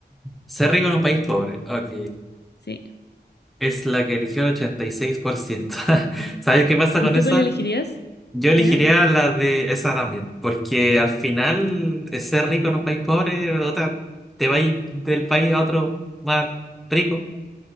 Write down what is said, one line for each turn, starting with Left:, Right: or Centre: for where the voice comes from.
Centre: Ser rico en un país pobre, ok.
Left: Sí.
Centre: Es la que eligió el ochenta y seis por ciento <laughs> ¿Sabes qué pasa con
Left: ¿Y tú
Centre: esa?
Left: cuál elegirías?
Centre: Yo elegiría
Left: ¿Ya?
Centre: la de esa también, porque al final eh, ser rico en un país pobre, otra, te vas del país a otro más rico.